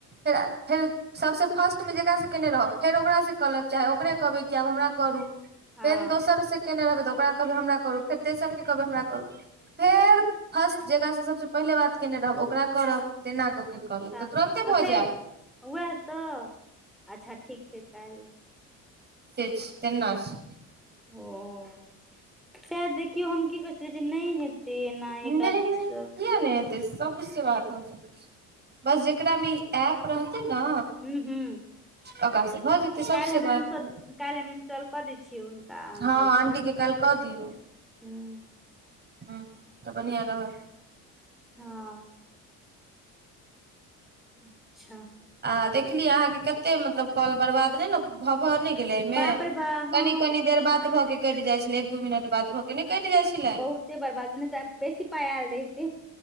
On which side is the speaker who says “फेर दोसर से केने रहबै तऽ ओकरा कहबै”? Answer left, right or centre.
Right